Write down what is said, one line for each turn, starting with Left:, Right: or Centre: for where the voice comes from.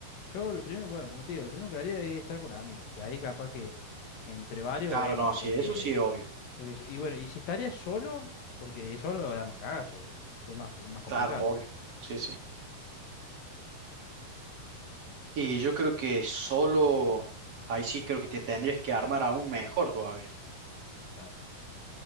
Left: yo lo primero, bueno, como te digo, lo primero que haría es estar con amigos. Y ahí capaz que entre varios
Right: Claro,
Left: vemos,
Right: no, sí,
Left: porque,
Right: eso sí es obvio.
Left: porque, si- y bueno, y si estaría solo, porque solo da más cagazo, ¿viste? Es más, más complicado.
Right: Claro, es obvio. Sí, sí. Y yo creo que solo ahí sí creo que te tendrías que armar aún mejor todavía.
Left: Claro.